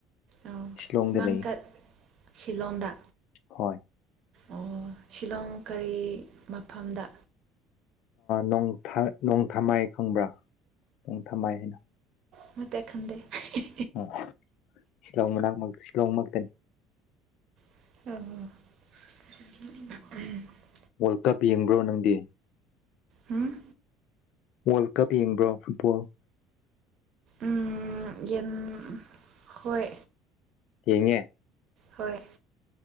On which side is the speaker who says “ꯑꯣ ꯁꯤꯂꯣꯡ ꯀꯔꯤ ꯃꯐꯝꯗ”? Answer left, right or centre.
Right